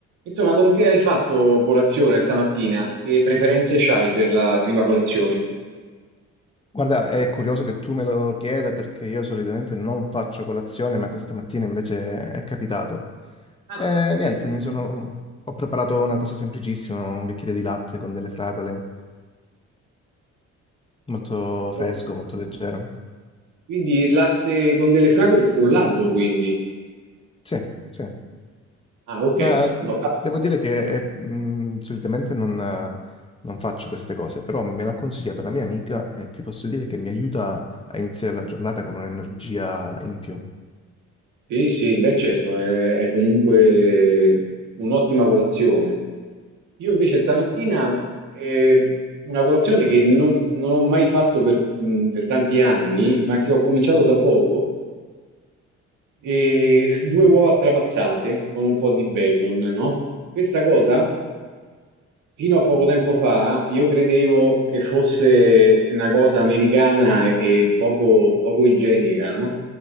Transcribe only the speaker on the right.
Insomma, con che hai fatto colazione stamattina? Che preferenze c'hai per la prima colazione?
Ah,
perfetto.
<laughs>
quindi latte con delle fragole frullato, quindi.
Ah, ok.
No,
sì, sì, beh, certo, è, è comunque un'ottima colazione. Io invece stamattina eh, una colazione che non, non ho mai fatto per, mh, per tanti anni, ma che ho cominciato da poco, e due uova strapazzate con un po' di bacon, no? Questa cosa Fino a poco tempo fa io credevo che fosse una cosa americana e poco, poco igienica, no?